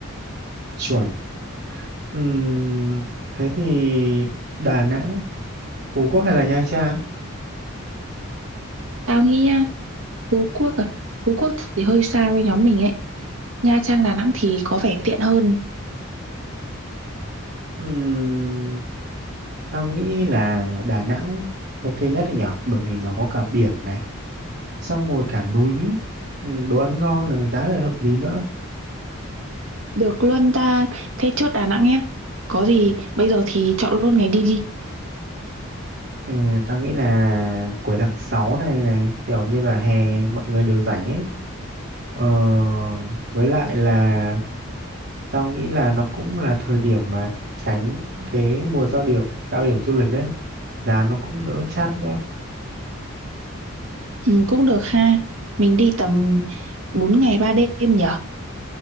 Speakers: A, on the right; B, on the right.
A: Chuẩn. Ừm, thế thì Đà Nẵng, Phú Quốc hay là Nha Trang?
B: Tao nghĩ á, Phú Quốc à, Phú Quốc thì hơi xa với nhóm mình ấy. Nha Trang, Đà Nẵng thì có vẻ tiện hơn.
A: Ừm, tao nghĩ là Đà Nẵng ok nhất thì nhở? Bởi vì nó có cả biển này, xong rồi cả núi, Ừm, đồ ăn ngon này, giá lại hợp lý nữa.
B: Được luôn ta, thế chốt Đà Nẵng nhé. Có gì, bây giờ thì chọn luôn ngày đi đi.
A: Ừ, tao nghĩ là cuối tháng 6 này này, kiểu như là hè mọi người đều rảnh ấy. Ờ, với lại là Tao nghĩ là nó cũng là thời điểm mà tránh cái mùa cao điểm, cao điểm du lịch đấy. Giá nó cũng đỡ chát nữa.
B: Ừ, cũng được ha, mình đi tầm 4 ngày 3 đêm nhở?